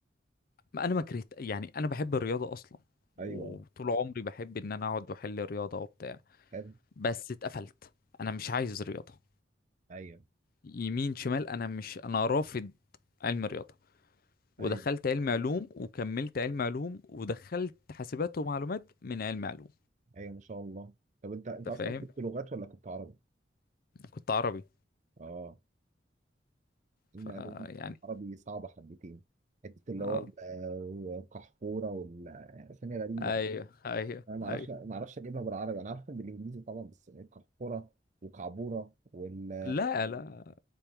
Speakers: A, on the left; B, on the right.
A: ما انا ما كرهت يعني انا بحب الرياضه اصلا
B: ايوه
A: وطول عمري بحب ان انا اقعد واحل رياضه وبتاع
B: حلو
A: بس اتقفلت انا مش عايز رياضه
B: ايوه
A: يمين شمال انا مش انا رافض علم رياضه ودخلت
B: ايوه
A: علم علوم وكملت علم علوم ودخلت حاسبات ومعلومات من علم علوم
B: ايوه ما شاء الله طب انت انت
A: انت
B: اصلا
A: فاهم
B: كنت لغات ولا كنت عربي؟
A: كنت عربي
B: اه ان
A: فيعني
B: علوم عربي صعبه حبتين حته اللي
A: اه
B: هو ال- آه، القحفوره والاسامي غريبه
A: ايوه ايوه
B: انا ما اعرفش
A: ايوه
B: ما اعرفش اجيبها بالعربي انا عارفها بالانجليزي طبعا بس القحفوره وكعبوره وال
A: لا لا